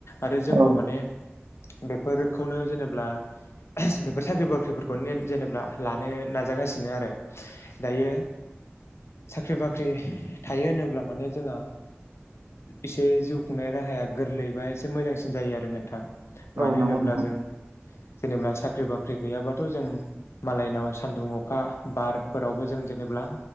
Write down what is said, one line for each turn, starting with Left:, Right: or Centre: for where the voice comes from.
Left: आरो जोंबो
Right: औ
Left: माने बेफोरखौनो जेनेब्ला बेफोर साख्रि बाख्रिफोरखौ नेथ जेनेबा लानो नाजागासिनो आरो। दायो साख्रि बाख्रि थायो होनोब्ला माने जोंहा एसे जिउ खुंनाय राहाया गोरलैबा एसे मोजांसिन जायो आरो नोंथां।
Right: औ
Left: मानो
Right: नंगौ
Left: होनोब्ला
Right: नोंथां
Left: जों जेनेबा साख्रि बाख्रि गैयाबाथ' जों मालायनाव सान्दुं अखा बारफोरावबो जों जेनेब्ला